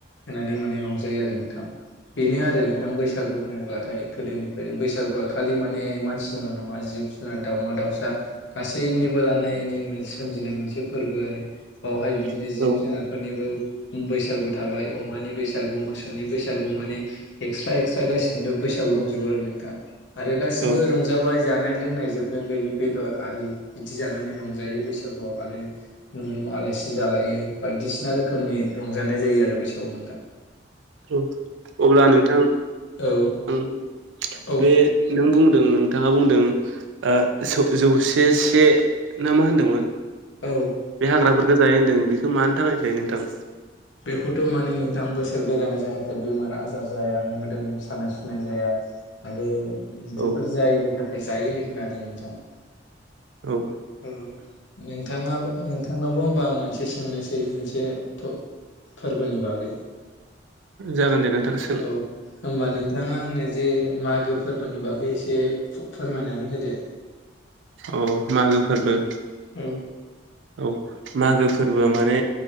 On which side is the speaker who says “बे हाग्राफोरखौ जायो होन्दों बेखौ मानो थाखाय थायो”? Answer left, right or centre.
Right